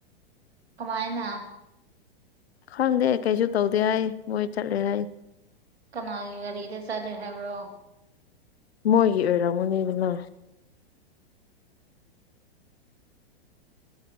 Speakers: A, on the right; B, on the left.
A: ꯀꯃꯥꯏꯅ
B: ꯈꯪꯗꯦ ꯀꯩꯁꯨ ꯇꯧꯗꯦ ꯍꯥꯏ ꯃꯣꯏ ꯆꯠꯂꯦ ꯍꯥꯏ
A: ꯀꯅꯥꯒꯤ ꯒꯥꯔꯤꯗ ꯆꯠꯂꯦ ꯍꯥꯏꯕ꯭ꯔꯣ
B: ꯃꯣꯏꯒꯤ ꯑꯣꯏꯔꯝꯃꯨꯅꯤꯗꯅ